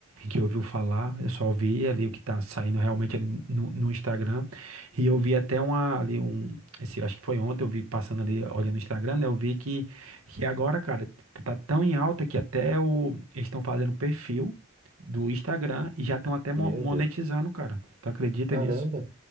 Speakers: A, on the right; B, on the right.
A: Que ouviu falar. Eu só vi ali o que tá saindo realmente ali no, no Instagram. E eu vi até uma, ali um esse, acho que foi ontem, eu vi passando ali, olhando no Instagram, né? Eu vi que, que agora, cara, t- tá tão em alta que até o, eles estão fazendo perfil do Instagram e já estão até mo-
B: Meu
A: monetizando,
B: Deus.
A: cara. Tu acredita
B: Caramba.
A: nisso?